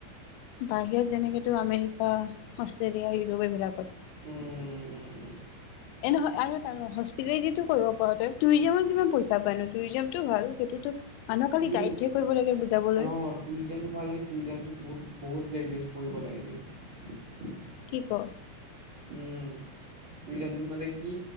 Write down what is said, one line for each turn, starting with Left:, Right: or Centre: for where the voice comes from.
Left: বাহিৰত যেনেকেতো আমেৰিকা অষ্ট্ৰেলিয়া ইউৰোপ এইবিলাকত।
Right: উম, উম-উম।
Left: এ নহয় আৰু এটা ৰ <unintelligible> কৰিব পাৰ তই <unintelligible> কিমান পইচা পাই নো <unintelligible> ভাল। সেইটোতো মানুহক খালি
Right: টুই
Left: গাইডহে কৰিব লাগে বুজাবলৈ
Right: অ' টুৰিজামটো ভাল লাগে টুৰিজামটোত বহুত বহুত ল্যাঙ্গুয়েজ পঢ়িব লাগে বে।
Left: কি ক?
Right: উম, <unintelligible> মানে কি